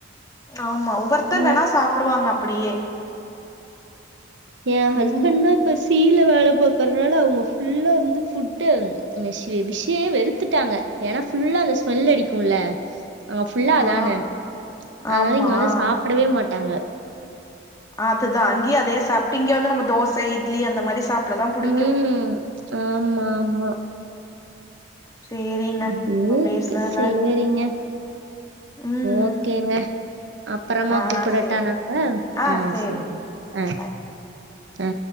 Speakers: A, on the left; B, on the right.
A: ஆமா ஒவ்வொருத்தர்
B: ம்
A: வேணா சாப்டுவாங்க அப்டியே
B: என் ஹஸ்பண்ட்னா
A: ம்
B: இப்ப சீல வேல பாக்றனால அவங்க ஃபுல்லா வந்து ஃபுட்டு அந்த ஃபிஷ்ஷே வெறுத்துட்டாங்க ஏன்னா ஃபுல்லா அந்த ஸ்மெல் அடிக்குல அங்க ஃபுல்லா அதான
A: ஆ
B: அதனால
A: ஆமா
B: இங்க வந்து சாப்டவே மாட்டாங்க
A: அதுதா அங்கயே அதே சாப்ட்டு இங்க வந்து நம்ம தோச இ்ட்லி அந்த மாரி சாப் அப்டிதா புடிக்கு
B: ம் ஆமா ஆமா
A: சேரிங்க
B: அப்டியே
A: நம்ம பேசுனதுல
B: இருக்கு சேரிங்க
A: ம்
B: ஓகேங்க அப்பறமா
A: ஆ
B: கூப்படட்ட
A: சேரி
B: நானு ஆ
A: சேரிங்க
B: சேரி ஆ
A: ம் பாய்
B: ஆ